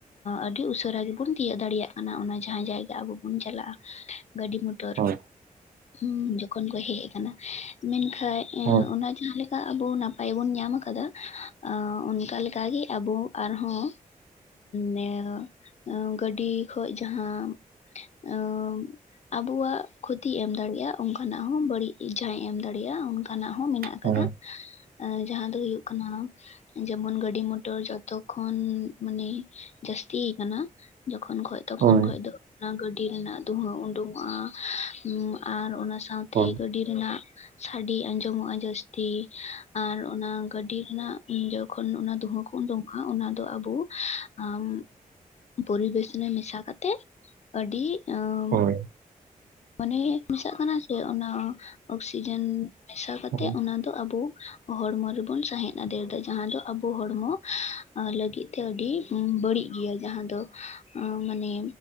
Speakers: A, on the left; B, on the right.
A: ᱟᱹᱰᱤ ᱩᱥᱟᱹᱨᱟ ᱜᱮᱵᱚᱱ ᱛᱤᱭᱟᱹᱜ ᱫᱟᱲᱮᱭᱟᱜ ᱠᱟᱱᱟ ᱚᱱᱟ ᱡᱟᱦᱟᱸ ᱡᱟᱭᱜᱟ ᱾ ᱪᱟᱞᱟᱜ-ᱟ᱾ ᱜᱟᱹᱰᱤ ᱢᱚᱴᱚᱨ
B: ᱦᱳᱭ
A: ᱦᱩᱸ ᱡᱚᱠᱷᱚᱱ ᱠᱚ ᱦᱮᱡ ᱟᱠᱟᱱᱟ ᱢᱮᱱᱠᱷᱟᱡ ᱮᱸ
B: ᱦᱳᱭ
A: ᱚᱱᱟ ᱡᱟᱦᱟᱸ ᱞᱮᱠᱟ ᱟᱵᱚ ᱱᱟᱯᱟᱭ ᱵᱚᱱ ᱧᱟᱢ ᱠᱟᱫᱟ᱾ ᱟᱸ ᱚᱱᱠᱟ ᱞᱮᱠᱟ ᱜᱮ ᱟᱵᱚ ᱟᱨᱦᱚᱸ ᱱᱮᱸᱣ ᱜᱟᱹᱰᱤ ᱠᱷᱚᱡ ᱡᱟᱦᱟᱸ ᱚᱢ ᱟᱵᱚᱣᱟᱜ ᱠᱷᱚᱛᱤᱭ ᱮᱢ ᱫᱟᱲᱮᱭᱟᱜ-ᱟ ᱚᱱᱠᱟᱱᱟᱜ ᱦᱚᱸ ᱵᱟᱹᱲᱤᱡ ᱡᱟᱦᱟᱸᱭ ᱮᱢ ᱫᱟᱲᱮᱭᱟᱜ-ᱟ ᱚᱱᱠᱟᱱᱟᱜ ᱦᱚᱸ ᱢᱮᱱᱟᱜ
B: ᱦᱳᱭ
A: ᱠᱟᱫᱟ ᱡᱟᱦᱟᱸ ᱫᱚ ᱦᱩᱭᱩᱜ ᱠᱟᱱᱟ ᱡᱮᱢᱚᱱ ᱜᱟᱹᱰᱤ ᱢᱚᱴᱚᱨ ᱡᱚᱛ ᱛᱚᱠᱷᱚᱱ ᱢᱟᱱᱮ ᱡᱟᱹᱟᱥᱛᱤ ᱟᱠᱟᱱᱟ ᱡᱚᱠᱷᱚᱱ ᱠᱷᱚᱡ ᱛᱚᱠᱷᱚᱡ
B: ᱦᱳᱭ
A: ᱫᱚ ᱚᱱᱟ ᱜᱟᱹᱰᱤ ᱨᱮᱱᱟᱜ ᱫᱩᱦᱟᱹ ᱩᱰᱩᱝᱚᱜ-ᱟ᱾ ᱦᱩᱸ ᱟᱨ ᱚᱱᱟ ᱥᱟᱶᱛᱮ
B: ᱦᱳᱭ
A: ᱜᱟᱺᱰᱤ ᱨᱮᱱᱟᱜ, ᱥᱟᱺᱰᱤ ᱟᱸᱡᱚᱢᱚᱜᱼᱟ ᱡᱟᱹᱥᱛᱤ ᱟᱨ ᱚᱱᱟ ᱜᱟᱺᱰᱤ ᱨᱮᱱᱟᱜ, ᱡᱚᱠᱷᱚᱱ ᱚᱱᱟ ᱫᱩᱸᱦᱟᱹ ᱠᱚ ᱩᱰᱩᱠᱟᱜᱼᱟ ᱚᱱᱟ ᱫᱚ ᱟᱵᱚ ᱟᱢ ᱯᱚᱨᱤᱵᱮᱥ ᱨᱮ ᱢᱮᱥᱟ ᱠᱟᱛᱮᱫ ᱟᱹᱰᱤ, ᱟᱸ
B: ᱦᱳᱭ
A: ᱢᱟᱱᱮ ᱢᱮᱥᱟᱜ ᱠᱟᱱᱟ ᱥᱮ ᱚᱱᱟ ᱚᱠᱥᱤᱡᱮᱱ ᱢᱮᱥᱟ ᱠᱟᱛᱮᱜ
B: ᱦᱳᱭ
A: ᱚᱱᱟ ᱫᱚ ᱟᱵᱚ, ᱦᱚᱲᱢᱚ ᱨᱮᱵᱚᱱ ᱥᱟᱸᱦᱮᱸᱫ ᱟᱫᱮᱨ ᱫᱟ ᱡᱟᱦᱟᱸ ᱫᱚ ᱟᱵᱚ ᱦᱚᱲᱢᱚ ᱞᱟᱹᱜᱤᱫ ᱛᱮ ᱟᱹᱰᱤ ᱵᱟᱹᱲᱤᱡ ᱜᱮᱭᱟ ᱡᱟᱦᱟᱸ ᱫᱚ ᱟᱸ ᱢᱟᱱᱮ,